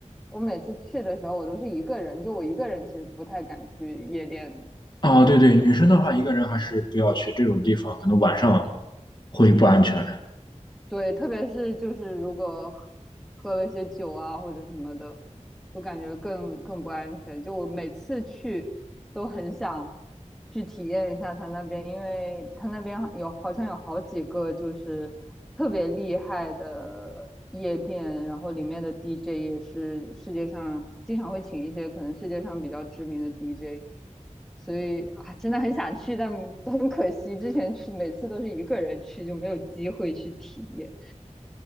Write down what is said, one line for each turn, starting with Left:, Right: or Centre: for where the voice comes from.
Centre: 我每次去的时候我都是一个人，就我一个人其实不太敢去夜店，
Left: 啊。对对，女生的话，
Centre: 所以就很遗憾。
Left: 一个人还是不要去这种地方，可能晚上会不安全。
Centre: 对，特别是就是如果喝喝了些酒啊或者什么的，我感觉更更不安全。就我每次去都很想去体验一下他那边，因为他那边有好像有好几个就是特别厉害的夜店，然后里面的 DJ 也是世界上经常会请一些可能世界上比较知名的 DJ，所以啊真的很想去，但很可惜之前去每次都是一个人去，就没有机会去体验。